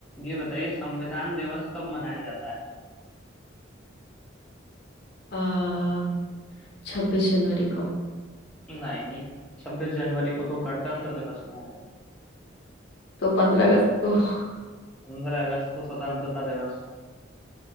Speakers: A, in the centre; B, on the left.
A: ये बताइए संविधान दिवस कब मनाया जाता है
B: आ, 26 जनवरी को
A: नहीं छब्बीस जनवरी को तो गणतंत्र दिवस मनाया जाता है
B: तो 15 अगस्त को <laughs>
A: पंद्रह अगस्त को स्वतंत्रता दिवस